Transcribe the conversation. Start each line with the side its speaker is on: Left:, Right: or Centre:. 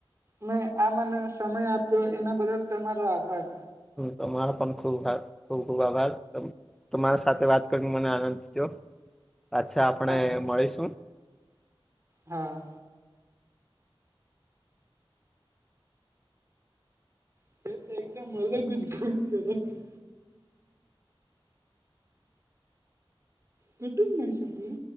Right: મેં આ મને સમય આપ્યો એના બદલ તમારો આભાર.
Centre: તમાર પણ ખૂબાાર ખૂબ ખૂબ આભાર તમે તમારા સાથે વાત કરીને મને આનંદ થયો પાછા આપણે
Right: હા
Centre: મળીશું.
Right: હા. <unintelligible> ઘટન ના સકું.